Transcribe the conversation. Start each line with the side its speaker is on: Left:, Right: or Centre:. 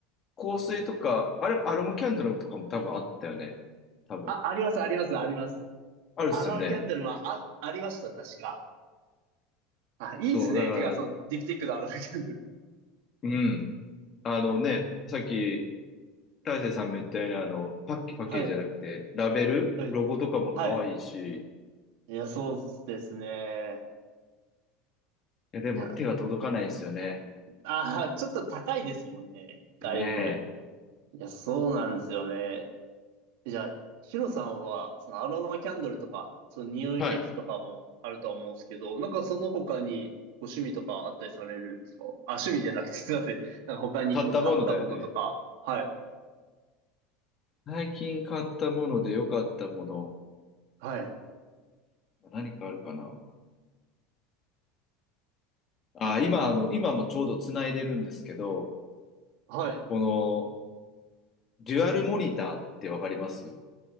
Left: 香水とか、あれ、アロマキャンドルとかも多分あったよね。多分。
Right: あ、あります、あります、あります。
Left: あるっすよね。
Right: アロマキャンドルもあ、ありました、確か。あ、いいですね。
Left: そう、だから、
Right: てか、その、ディプティックのアロマキャンドル。
Left: うん。あのね、さっき、大勢さんも言ったように、あの、パッケ、パッケージじゃなくて、
Right: はい、
Left: ラベル、
Right: はい、
Left: ロゴとかも可愛いし、
Right: はい。
Left: い
Right: いや、そうですね。
Left: や、でも手が届かないんですよね。
Right: いや、あー、ちょっと高いですもんね。だいぶ。
Left: ね
Right: いや、そうなんですよね。じゃあ、シロさんは、そのアロマキャンドルとか、その匂いフェチとかもあるとは思うんですけど、
Left: え。はい。
Right: なんかその他にご趣味とかあったりされるんですかあ、趣味じゃなくてすいません。なんか他にこう買ったものとか。
Left: 買ったものだよね。
Right: はい。
Left: 最近買ったもので良かったもの、
Right: はい。
Left: 何かあるかな。あ、今、あの、今もちょうど繋いでるんですけど、
Right: はい。
Left: この、デュアルモニターってわかります